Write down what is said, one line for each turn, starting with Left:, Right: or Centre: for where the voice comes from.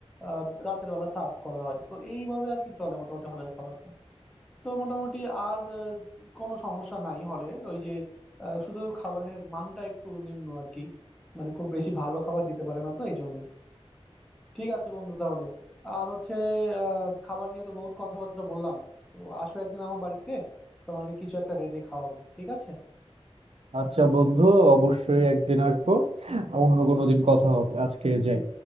Centre: আহ, রাতের বেলা সার্ভ করা হয় তো এইভাবে আর কি চলে মোটামুটি হলের খাবারটা তো মোটামুটি আর আহ, কোনো সমস্যা নাই হলে ওই যে আহ, শুধু খাবারের মানটা একটু নিম্ন আর কি মানে খুব বেশি ভালো খাবার দিতে পারে না তো এই জন্য ঠিক আছে বন্ধু তাহলে আর হচ্ছে আহ, খাবার নিয়ে তো বহুত কথাবার্তা বললাম তো আসো একদিন আমার বাড়িতে তোমাকে কিছু একটা রেঁধে খাওয়াবো ঠিক আছে
Right: আচ্ছা বন্ধু অবশ্যই একদিন আসবো অন্য কোনো দিন কথা হবে আজকে যাই